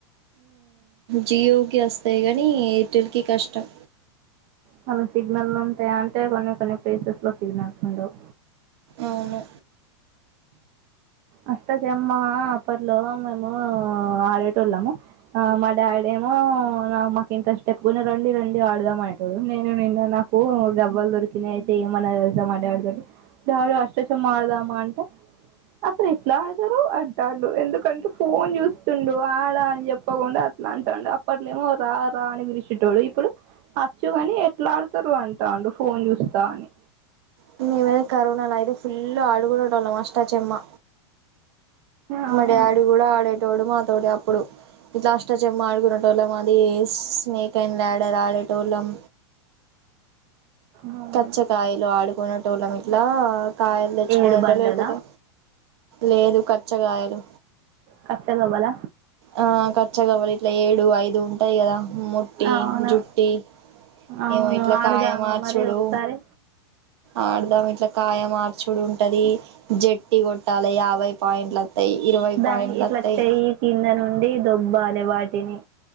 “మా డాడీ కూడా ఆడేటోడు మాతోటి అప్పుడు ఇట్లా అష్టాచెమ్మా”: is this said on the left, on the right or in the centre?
Right